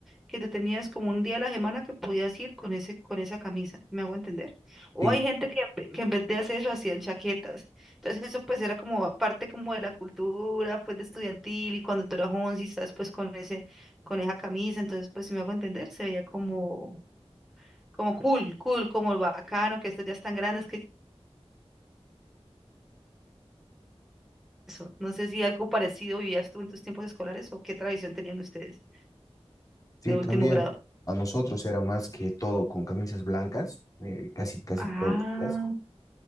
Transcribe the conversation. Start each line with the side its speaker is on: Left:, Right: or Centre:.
Centre: que tú tenías como un día a la semana que podías ir con ese, con esa camisa, ¿me hago entender? O
Left: Sí,
Centre: hay gente que, en ve- que en vez de hacer eso hacían chaquetas. Entonces eso pues era como parte como de la cultura pues de estudiantil y cuando tú eras once y estás pues con ese, con esa camisa, entonces pues si me hago entender, se veía como, como cool, cool, como bacano, que estos ya están grandes, que eso. No sé si algo parecido vivías tú en tus tiempos escolares o qué tradición tenían ustedes
Left: sí,
Centre: de último
Left: también
Centre: grado.
Left: a nosotros era más que todo con camisas blancas, eh, casi, casi
Centre: Ah,
Left: todos los días.